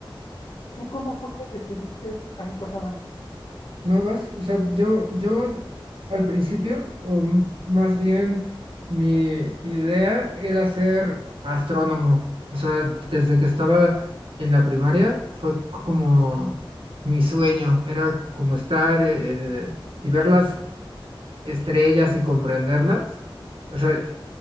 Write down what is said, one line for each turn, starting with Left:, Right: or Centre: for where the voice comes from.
Left: ¿Tú cómo fue que decidiste? Ay, perdóname.
Right: No vas, o sea, yo, yo al principio, o m- más bien mi idea era ser astrónomo. O sea, desde que estaba en la primaria fue c- como mi sueño, era como estar eh, y ver las estrellas y comprenderlas. O sea,